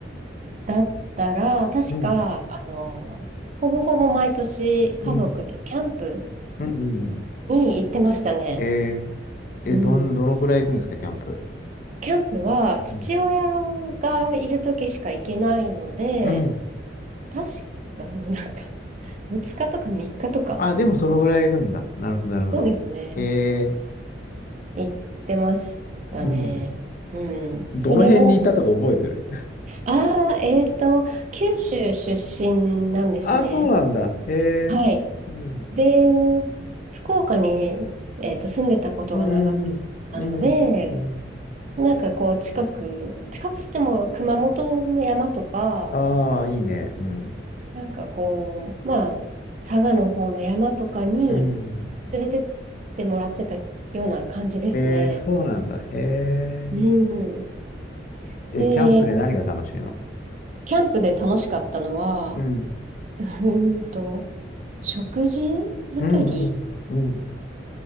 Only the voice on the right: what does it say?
だったら、確か、
あの、ほぼほぼ毎年家族でキャンプ
に行ってましたね。
うん。
キャンプは父親
がいる時しか行けないので、
確か、でもなんか、2日とか3日とか。
そうですね。
行ってましたね。
うん。
それも、ああ、えっと、九州出身なんですね。
はい。
で、福岡に、えっと、住んでたことが長かったので、
なんかこう、近く、近くつっても熊本の山とか、
なんかこう、まあ、佐賀の方の山とかに
連れてってもらってたような感じですね。
うん。
で、
キャンプで楽しかったのは、
うーんと、食事作り